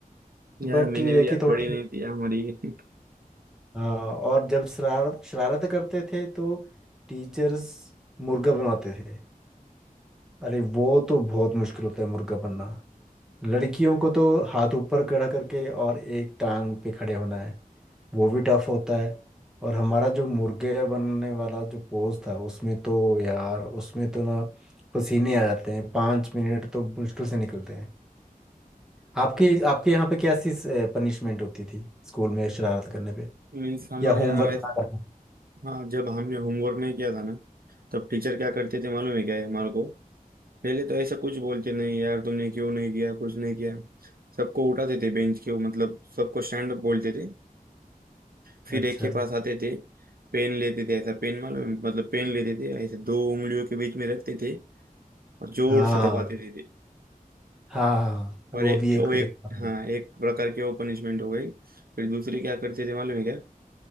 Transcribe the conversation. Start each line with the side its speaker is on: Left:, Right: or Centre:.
Right: यार
Centre: बट
Right: मैंने
Centre: ये
Right: भी
Centre: है
Right: यार
Centre: कि थोड़ा
Right: पढ़ी नहीं
Centre: सा
Right: थी यार हमारी <laughs>
Centre: हाँ, और जब शरारत शरारत करते थे तो टीचर्स मुर्गा बनवाते थे अरे वो तो बहुत मुश्किल होता है मुर्गा बनना लड़कियों को तो हाथ ऊपर खड़ा करके और एक टांग पे खड़े होना है वो भी टफ होता है और हमारा जो मुर्गे बनने वाला जो पोज था उसमें तो यार उसमें तो ना पसीने आ जाते हैं पाँच मिनट तो मुश्किल से निकलते हैं आपकी आपके यहाँ पे कैसी पनिशमेंट होती थी स्कूल में शरारत करने पे
Right: मीन्स हमारे
Centre: या होमवर्क
Right: यहाँ
Centre: ना करना
Right: हाँ जब हमने होमवर्क नहीं किया था ना तब टीचर क्या करते थे मालूम है क्या है हमारे को पहले तो ऐसा कुछ बोलते नहीं यार तुमने क्यों नहीं किया कुछ नहीं किया सबको उठाते थे बेंच के मतलब सबको स्टैंड अप बोलते थे फिर
Centre: अच्छा
Right: एक के पास आते थे पेन लेते थे ऐसा पेन मालूम है? मतलब पेन लेते थे ऐसे दो उंगलियों के बीच में रखते थे और जोर
Centre: हाँ
Right: से दबाते थे थे।
Centre: हाँ वो
Right: और ए,
Centre: भी एक
Right: वो एक
Centre: तरीका
Right: हाँ
Centre: है।
Right: एक प्रकार की वो पनिशमेंट हो गई फिर दूसरी क्या करते थे मालूम है क्या